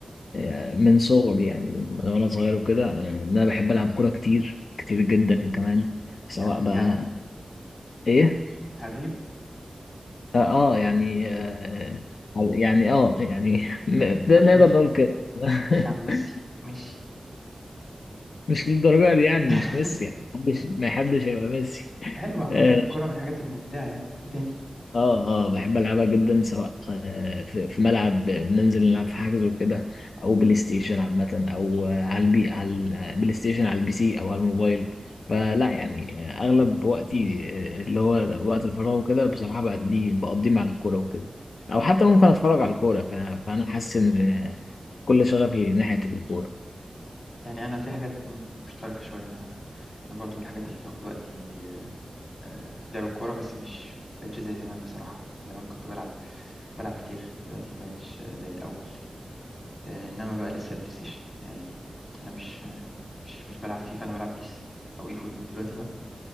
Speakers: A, on the left (about 85°); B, on the left (about 45°).
A: آه، من صغري يعني من من وانا صغير وكده آه، ان انا بحب العب كوره كتير كتير جدا كمان سواء
B: حريف
A: بقى
B: يعني
A: ايه
B: حريف
A: اه آه، يعني آه على- يعني اه يعني <laughs> ده
B: ف-
A: نقدر
B: ماشي
A: نقول كده <laughs>
B: ماشي يا عم ميسي ماشي
A: مش للدرجه دي يعني
B: <laughs>
A: مش ميسي يعني محدش ما حدش هيبقى ميسي
B: حلو عامة
A: آه،
B: الكرة من الحاجات الممتعة يعني ايه تاني
A: اه اه بحب العبها جدا سواء آه، في في ملعب بننزل نلعب في حجز وكده او بلاي ستيشن عامه او آه، على البي على البلاي ستيشن على البي سي او على الموبايل فلا يعني آه، اغلب وقتي آه، اللي هو وقت الفراغ وكده بصراحه بقضيه بقضيه مع الكوره وكده او حتى ممكن اتفرج على الكوره ف- فانا حاسس ان آه، كل شغفي ناحيه الكوره
B: يعني انا في حاجات م- مشتركة شوية انا انا برضو من الحاجات اللي بتاخد وقتي آه، لعب الكورة بس مش بقتش زي زمان بصراحة زمان كنت بلعب بلعب كتير دلوقتي ما بقتش زي الأول آه، انما بقى لسه البلاي ستيشن يعني انا مش آه، مش مش بلعب فيفا انا بلعب بيس او اي فوتبول دلوقتي بقى